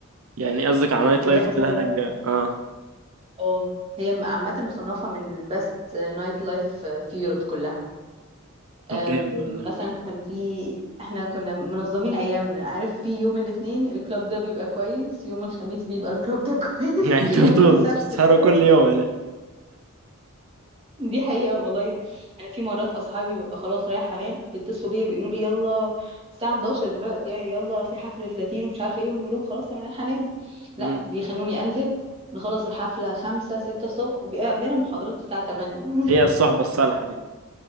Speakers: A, on the right; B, on the right.
A: يعني قصدك على نايت
B: بجد
A: لايف وكده
B: والله
A: هناك اه
B: اه هي عامه مصنفه من البست نايت لايف في يوروب كلها
A: طب
B: آم،
A: جامد والله
B: مثلا كان في احنا كنا منظمين ايامنا عارف في يوم الاثنين الكلاب ده بيبقى كويس يوم الخميس بيبقى الكلاب ده <laughs> كويس
A: <laughs> يعني انتوا
B: يوم
A: بتبقوا
B: السبت
A: بتسهروا
B: كده
A: كل يوم هناك
B: دي حقيقة والله انا في مرات اصحابي ببقى خلاص رايحة انام بيتصلوا بيا بيقولوا لي يلا الساعة 11 دلوقتي يعني يلا في حفلة لاتين ومش عارفة ايه وانا بقول لهم خلاص انا رايحة انام لا
A: مم.
B: بيخلوني انزل نخلص الحفلة خمسة ستة الصبح وبيبقى عندنا محاضرات الساعة تمانية <laughs>
A: هي الصحبة الصالحة دي